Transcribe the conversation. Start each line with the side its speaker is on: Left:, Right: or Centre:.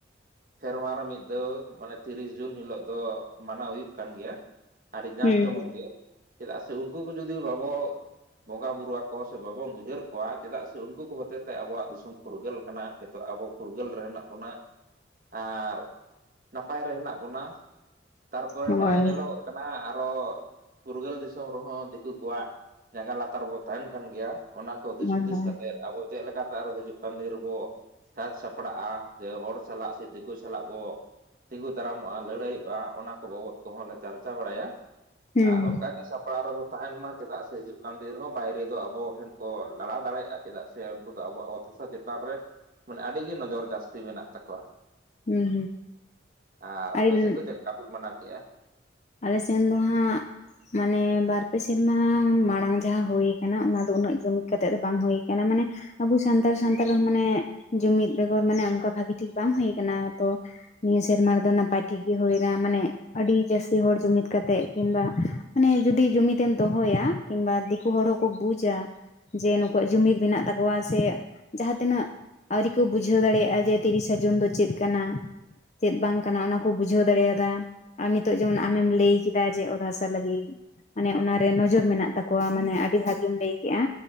Right: ᱥᱮᱨᱢᱟ ᱨᱮ ᱢᱤᱫ ᱫᱷᱟᱣ, ᱢᱟᱱᱮ ᱛᱤᱨᱤᱥ ᱡᱩᱱ ᱦᱤᱞᱳᱜ ᱫᱚ ᱢᱟᱱᱟᱣ ᱦᱩᱭᱩᱜ ᱠᱟᱱ ᱜᱮᱭᱟ᱾ ᱟᱹᱰᱤ ᱡᱟᱸᱠ
Left: ᱦᱩᱸ
Right: ᱡᱚᱢᱚᱠ
Left: ᱦᱩᱸ
Right: ᱜᱮ, ᱪᱮᱫᱟᱜ ᱥᱮ ᱩᱱᱠᱩ ᱠᱚ ᱡᱩᱫᱤ ᱵᱟᱵᱚ ᱵᱚᱸᱜᱟ ᱵᱳᱩᱨᱩ ᱟᱠᱚᱭᱟ ᱥᱮ ᱵᱟᱵᱚᱱ ᱩᱭᱦᱟᱹᱨ ᱟᱠᱟᱭ ᱠᱚᱣᱟ, ᱪᱮᱫᱟᱜ ᱥᱮ ᱩᱱᱠᱩ ᱠᱚ ᱦᱚᱛᱮᱛᱮ ᱟᱵᱚᱣᱟᱜ ᱫᱤᱥᱚᱢ ᱯᱩᱨᱜᱟᱹᱞ ᱠᱟᱱᱟ ᱱᱤᱛᱚᱜ ᱟᱵᱚ ᱯᱷᱩᱨᱜᱟᱹᱞ ᱨᱮᱱ ᱟᱵᱚᱱᱟᱜ, ᱟᱨ ᱱᱟᱯᱟᱭ ᱨᱮ ᱦᱮᱱᱟᱜ ᱵᱚᱱᱟ᱾ ᱛᱟᱨᱯᱚᱨᱮ
Left: ᱦᱳᱭ
Right: ᱱᱚᱜᱼᱚᱭ ᱧᱮᱞᱚᱜᱚᱜ ᱠᱟᱱᱟ ᱟᱨᱚᱦ ᱯᱷᱩᱨᱜᱟᱹᱞ ᱫᱤᱥᱚᱢ ᱨᱮᱦᱚᱸ ᱫᱤᱠᱩ ᱠᱩᱣᱟᱜ ᱡᱟᱜᱟ ᱞᱟᱛᱟᱨ ᱵᱚ ᱛᱟᱦᱮᱱ ᱠᱟᱱ ᱜᱮᱭᱟ, ᱚᱱᱟ ᱠᱚ ᱫᱤᱥ
Left: ᱦᱳᱭ
Right: ᱦᱩᱫᱤᱥ
Left: ᱦᱳᱭ
Right: ᱠᱟᱛᱮᱫ ᱟᱵᱚ ᱪᱮᱫ ᱞᱮᱠᱟᱛᱮ ᱟᱨᱚ ᱦᱤᱡᱩᱜ ᱠᱟᱹᱱ ᱫᱤ ᱨᱮ ᱵᱚ ᱥᱟᱛ ᱥᱟᱯᱲᱟᱜ-ᱟ ᱡᱮ ᱦᱚᱲ ᱥᱟᱞᱟᱜ ᱥᱮ ᱫᱮᱠᱳ ᱥᱟᱞᱟᱜ ᱵᱚ ᱛᱤᱸᱜᱩ ᱫᱟᱨᱟᱢᱚᱜ-ᱟ, ᱞᱟᱹᱲᱦᱟᱹᱭᱚᱜ-ᱟ ᱚᱱᱟ ᱠᱚ ᱵᱟᱵᱚᱫ ᱠᱚᱦᱚᱸ ᱞᱮ ᱪᱟᱨᱪᱟ ᱵᱟᱲᱟᱭᱟ
Left: ᱦᱩᱸ
Right: ᱟᱨ
Left: ᱦᱩᱸ
Right: ᱚᱱᱠᱟᱜᱮ ᱥᱟᱯ ᱚᱲᱟᱜ ᱨᱮᱵᱚ ᱛᱟᱦᱮᱱ ᱢᱟ, ᱪᱮᱫᱟᱜ ᱥᱮ ᱦᱤᱡᱩᱜ ᱠᱟᱱ ᱫᱤᱱ ᱨᱮᱦᱚ ᱵᱟᱭᱨᱮ ᱫᱚ ᱟᱵᱚ ᱴᱷᱮᱱ ᱠᱚ ᱞᱟᱲᱟᱣ ᱫᱟᱲᱮᱭᱟᱜ-ᱟ, ᱪᱮᱫᱟᱜ ᱥᱮ ᱠᱩ ᱫᱚ ᱟᱵᱚᱣᱟᱜ ᱚᱛ ᱦᱟᱥᱟ ᱪᱮᱛᱟᱱ ᱨᱮ ᱢᱟᱱᱮ ᱟᱹᱰᱤᱜᱮ ᱱᱚᱡᱚᱨ ᱡᱟᱹᱥᱛᱤ ᱢᱮᱱᱟᱜ ᱛᱟᱠᱚᱣᱟ᱾
Left: ᱦᱩᱸ
Right: ᱟᱨ
Left: ᱦᱩᱸ
Right: ᱟᱯᱮ ᱥᱮᱫ ᱫᱚ ᱪᱮᱫᱞᱮᱠᱟ ᱯᱮ ᱢᱟᱱᱟᱣ ᱠᱮᱜ-ᱟ?
Left: ᱟᱞᱮ ᱥᱮᱱ ᱫᱚ ᱦᱟᱸᱜ ᱢᱟᱱᱮ ᱵᱟᱨ ᱯᱮ ᱥᱮᱨᱢᱟ ᱢᱟᱲᱟᱝ ᱡᱟᱦᱟᱸ ᱦᱳᱭ ᱠᱟᱱᱟ ᱚᱱᱟ ᱫᱚ ᱩᱱᱟᱹᱜ ᱡᱚᱢᱤᱜ ᱠᱟᱛᱮᱜ ᱫᱚ ᱵᱟᱝ ᱦᱳᱭ ᱠᱟᱱᱟ ᱢᱟᱱᱮ ᱟᱵᱚ ᱥᱟᱱᱛᱟᱲ ᱥᱟᱱᱛᱟᱲ ᱨᱮᱦᱚᱸ ᱢᱟᱱᱮ ᱡᱩᱢᱤᱫ ᱵᱮᱜᱚᱨ ᱢᱟᱱᱮ ᱚᱱᱠᱟ ᱵᱷᱟᱹᱜᱤ ᱴᱷᱤᱠ ᱵᱟᱝ ᱦᱩᱭ ᱠᱟᱱᱟ ᱛᱚ ᱱᱤᱭᱟᱹ ᱥᱮᱨᱢᱟ ᱨᱮᱫᱚ ᱱᱟᱯᱟᱭ ᱴᱷᱤᱠ ᱜᱮ ᱦᱩᱭᱱᱟ ᱢᱟᱱᱮ ᱟᱹᱰᱤ ᱡᱟᱹᱥ ᱤ ᱦᱚᱲ ᱡᱩᱢᱤᱫᱽ ᱠᱟᱛᱮᱫ ᱠᱤᱝᱵᱟ ᱢᱟᱱᱮ ᱡᱩᱫᱤ ᱡᱩᱢᱤᱫ ᱮᱢ ᱫᱚᱦᱚᱭᱟ ᱠᱤᱝᱵᱟ ᱫᱤᱠᱩ ᱦᱚᱲ ᱦᱚᱸᱠᱚ ᱵᱩᱡᱟ᱾ ᱡᱮ ᱱᱩᱠᱩᱣᱟᱜ ᱡᱩᱢᱤᱫ ᱢᱮᱱᱟᱜ ᱛᱟᱠᱚᱣᱟ ᱥᱮ ᱡᱟᱦᱟᱸ ᱛᱤᱱᱟᱹᱜ ᱟᱹᱣᱨᱤ ᱠᱩ ᱵᱩᱡᱷᱟᱹᱣ ᱫᱟᱲᱮᱭᱟᱜ-ᱟ, ᱡᱮ ᱛᱤᱨᱤᱥᱟ ᱡᱩᱱ ᱫᱚ ᱪᱤᱫ ᱠᱟᱱᱟ? ᱪᱮᱫ ᱵᱟᱝ ᱠᱟᱱᱟ ᱚᱱᱟ ᱠᱚ ᱵᱩᱡᱷᱟᱹᱣ ᱫᱟᱲᱮᱭᱟᱫᱟ ᱟᱨ ᱱᱤᱛᱳᱜ ᱡᱮᱢᱚᱱ ᱟᱢᱮᱢ ᱞᱟᱹᱭ ᱠᱤᱫᱟ ᱡᱮ ᱚᱛ ᱦᱟᱥᱟ ᱞᱟᱹᱜᱤᱜ᱾ ᱢᱟᱱᱮ ᱚᱱᱟ ᱨᱮ ᱱᱚᱡᱚᱨ ᱢᱮᱱᱟᱜ ᱛᱟᱠᱚᱣᱟ ᱢᱟᱱᱮ ᱟᱹᱰᱤ ᱵᱷᱟᱹᱜᱤᱢ ᱞᱟᱹᱭ ᱠᱮᱜ-ᱟ᱾